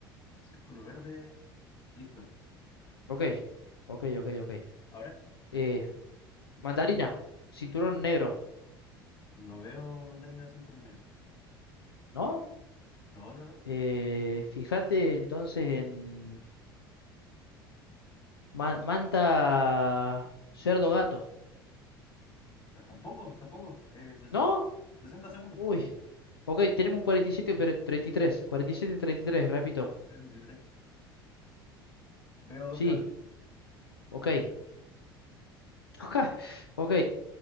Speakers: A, on the left (about 40°); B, on the left (about 80°).
A: Círculo verde. Listo.
B: Ok, ok, ok, ok.
A: Ahora
B: Eh, mandarina, cinturón negro.
A: no veo mandarín acento negro.
B: ¿No?
A: No, no, no.
B: Eh, fíjate entonces en ma- Manta Cerdo Gato,
A: Ah, Tampoco, tampoco. Eh, sesenta
B: ¿no?
A: 60 segundos.
B: Uy, ok, tenemos un 47, pero treinta y tres cuarenta y siete, treinta y tres, repito.
A: treinta y tres Veo dos
B: Sí,
A: cables.
B: ok. <laughs> Ok,